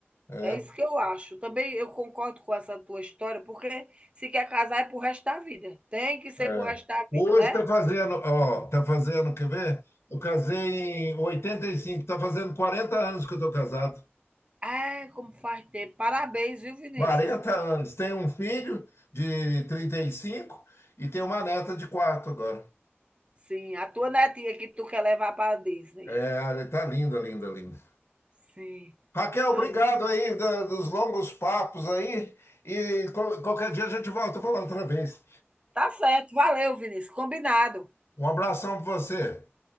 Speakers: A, on the left; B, on the right.
A: É,
B: É isso que eu acho. Também eu concordo com essa tua história, porque se quer casar é pro resto da vida. Tem que ser
A: é.
B: pro resto da
A: Hoje
B: vida, né?
A: tá fazendo, ó, tá fazendo, quer ver? Eu casei em 85. tá fazendo 40 anos que eu tô casado.
B: É, como faz tempo. Parabéns, viu, Vinícius?
A: 40 anos. Tenho um filho de trinta e cinco e tenho uma neta de 4 agora.
B: Sim, a tua netinha que tu quer levar para Disney.
A: É, tá linda, linda, linda.
B: Sim.
A: Raquel,
B: Ah,
A: obrigado aí da- dos longos papos aí. E qual- qualquer dia a gente volta a falar outra vez.
B: tá certo. Valeu, Vinícius. Combinado.
A: Um abração pra você.